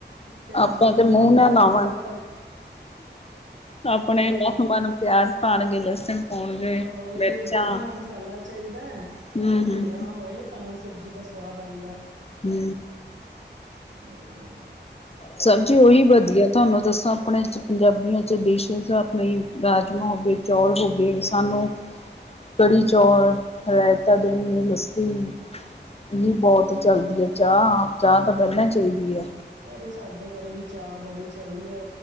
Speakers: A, on the right; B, on the left.
A: ਪਿਆਜ
B: ਆਪਾਂ
A: ਲਸਣ
B: ਤੇ ਮੂੰਹ
A: ਦੱਬ
B: ਲਾਵਣ
A: ਕੇ ਨਾ ਪਿਆ ਹੋਏ
B: ਆਪਣੇ
A: ਉਹੀ
B: ਨੋ ਮਨ ਪਿਆਜ ਪਾਉਣਗੇ। ਲਸਣ ਪਾਉਣਗੇ
A: ਉਹੀ
B: ਮਿਰਚਾਂ
A: ਖੁੱਲਾ ਮਸਾਲਾ ਚਾਹੀਦਾ ਹੈ।
B: ਹੂੰ
A: ਤੇ
B: ਹੂੰ
A: ਭੁੰਨਿਆ ਹੋਏ ਤਾਂ ਹੀ ਸਬਜ਼ੀ ਦਾ ਸਵਾਦ ਆਉਂਦਾ
B: ਹੂ
A: ਅਹੀ <unintelligible>
B: ਸਬਜ਼ੀ ਉਹੀ ਵਧੀਆ। ਤੁਹਾਨੂੰ ਦੱਸਾ ਆਪਣੇ ਚ ਪੰਜਾਬੀਆਂ ਚ ਡਿਸ਼ਿਜ਼। ਆਪਣੇ ਰਾਜਮਹ ਹੋ ਗਏ। ਚੌਲ ਹੋ ਗਏ। ਸਾਨੂੰ ਕੜੀ- ਚੌਲ। ਰਾਇਤਾ, ਦਈ, ਲੱਸੀ ਇਹ ਬਹੁਤ ਚੱਲਦੀ ਹੈ। ਚਾਹ- ਚਾਹ ਤਾਂ ਪਹਿਲਾਂ ਚਾਹੀਦੀ ਐ।
A: ਅਰੇ ਸਾਡੇ ਘਰੇ ਵੀ ਚਾਅ ਬੜੀ ਚੱਲਦੀ ਐ।